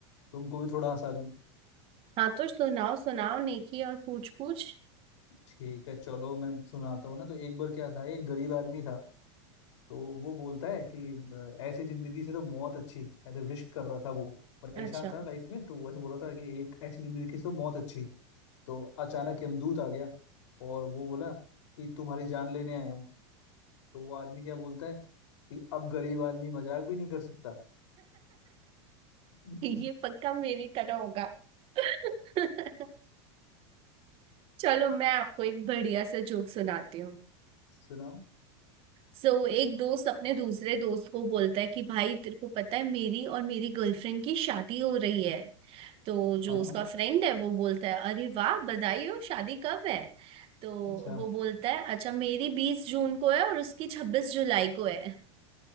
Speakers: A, on the left (about 80°); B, on the right (about 40°).
A: तुमको भी थोड़ा हंसा दूं
B: हाँ तो सुनाओ सुनाओ नेकी और पूछ पूछ
A: ठीक है चलो मैं सुनाता हूँ ना तो एक बार क्या था एक गरीब आदमी था तो वो बोलता है कि अ, ऐसी जिंदगी से तो मौत अच्छी ऐसे विश कर रहा था वो परेशान
B: अच्छा
A: था लाइफ में तो वैसे बोल रहा था कि एक ऐसी जिंदगी से तो मौत अच्छी तो अचानक यमदूत आ गया और वो बोला कि तुम्हारी जान लेने आया हूँ तो वो आदमी क्या बोलता है कि अब गरीब आदमी मजाक भी नहीं कर सकता <laughs>
B: ये पक्का मेरी तरह होगा <laughs> चलो मैं आपको एक बढ़िया सा जोक सुनाती हूँ
A: सुनाओ
B: सो so, एक दोस्त अपने दूसरे दोस्त को बोलता है कि भाई तेरे को पता है मेरी और मेरी गर्लफ्रेंड की शादी हो रही है तो जो
A: हाँ
B: उसका
A: हाँ,
B: फ्रेंड है वो बोलता है अरे वाह बधाई हो शादी कब है तो
A: अच्छा
B: वो बोलता है अच्छा मेरी बीस जून को है और उसकी छब्बीस जुलाई को है